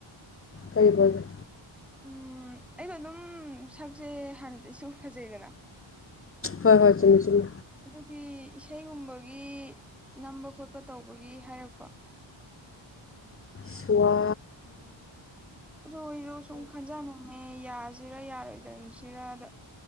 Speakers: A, on the left; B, in the centre.
A: ꯀꯩ ꯄ꯭ꯔꯣꯖꯦꯛ?
B: ꯎꯝ ꯑꯩꯗꯣ ꯑꯗꯨꯝ ꯁꯛꯁꯦ ꯍꯥꯟꯅꯗꯩꯁꯨꯨꯝ ꯐꯖꯩꯗꯅ,
A: ꯍꯣꯏ ꯍꯣꯏ ꯆꯨꯝꯃꯤ ꯆꯨꯝꯃꯤ꯫
B: ꯑꯗꯨꯒꯤ ꯏꯁꯩꯒꯨꯝꯕꯒꯤ ꯅꯝꯕ ꯈꯣꯠꯄ ꯇꯧꯕꯒꯤ ꯍꯥꯏꯔꯛꯄ꯫
A: ꯁ꯭ꯋꯥ...
B: ꯑꯗꯣ ꯑꯩꯁꯨ ꯁꯨꯝ ꯈꯟꯖꯅꯔꯦ ꯌꯥꯁꯤꯔꯥ ꯌꯥꯔꯣꯏꯗꯟꯁꯤꯔꯗ꯫